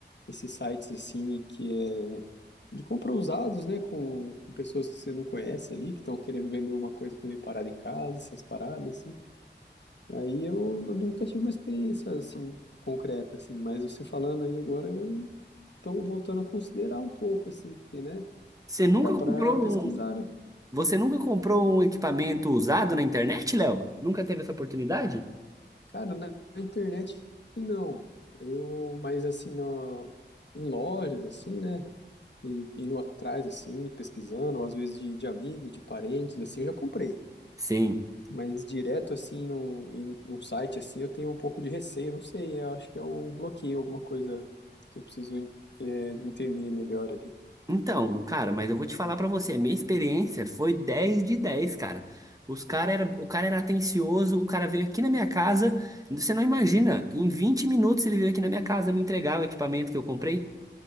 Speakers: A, on the left; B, on the right.
A: esses sites assim que é de compra usados, né, com, com pessoas que você não conhece ali, que estão querendo vender uma coisa que tá meio parada em casa, essas paradas assim. Aí eu, eu nunca tive uma experiência assim concreta assim, mas você falando aí agora eu tô voltando a considerar um pouco assim, porque né,
B: Você nunca
A: dá para
B: comprou
A: pesquisar,
B: um,
A: né?
B: você nunca comprou um equipamento usado na internet, Léo? Nunca teve essa oportunidade?
A: Cara, na na internet não. Eu, mas assim, na, em lojas assim, né? e indo atrás, assim, pesquisando, ou às vezes de, de amigos, de parentes, assim, eu já comprei.
B: Sim.
A: Mas direto, assim, num, em- num site, assim, eu tenho um pouco de receio, não sei, eu acho que é o bloqueio, alguma coisa que eu preciso é, entender melhor ali.
B: Então, cara, mas eu vou te falar pra você, a minha experiência foi 10 de 10 cara. Os cara era, o cara era atencioso, o cara veio aqui na minha casa, você não imagina, em 20 minutos ele veio aqui na minha casa me entregar o equipamento que eu comprei.